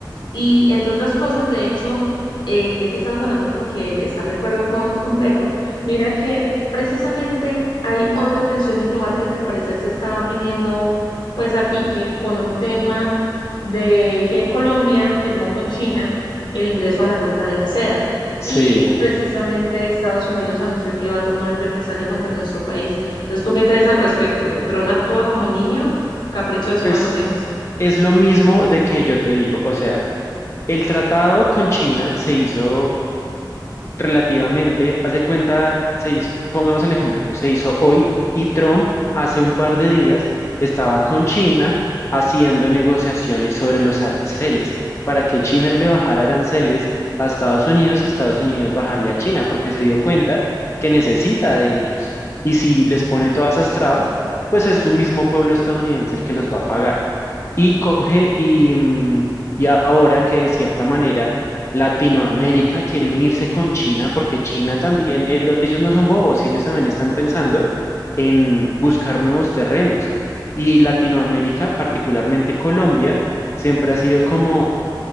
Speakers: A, on the left; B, on the left.
A: Y entre otras cosas, de hecho, eh, ya que estabas hablando como que de estar de acuerdo con, con Petro, mira que precisamente hay otra tensión diplomática que al parecer se está viniendo pues a pique con un tema de que Colombia firmó con China el ingreso a la ruta de la seda.
B: Sí,
A: Y precisamente Estados Unidos anunció que va a tomar represalia contra nuestro país. Entonces, ¿tú qué crees al respecto? ¿Tron actúa como niño? Caprichoso,
B: pues
A: más o menos.
B: es lo mismo de que yo te digo, o sea, el tratado con China se hizo relativamente, haz de cuenta, se hizo, pongamos el ejemplo, se hizo hoy y Trump hace un par de días estaba con China haciendo negociaciones sobre los aranceles para que China le bajara aranceles a Estados Unidos y Estados Unidos bajarle a China, porque se dio cuenta que necesita de ellos. Y si les pone todas esas trabas, pues es su mismo pueblo estadounidense el que los va a pagar. Y coge y, mm, y ahora que de cierta manera Latinoamérica quiere unirse con China porque China también, eh, lo- ellos no son bobos, ellos también están pensando en buscar nuevos terrenos. Y Latinoamérica, particularmente Colombia, siempre ha sido como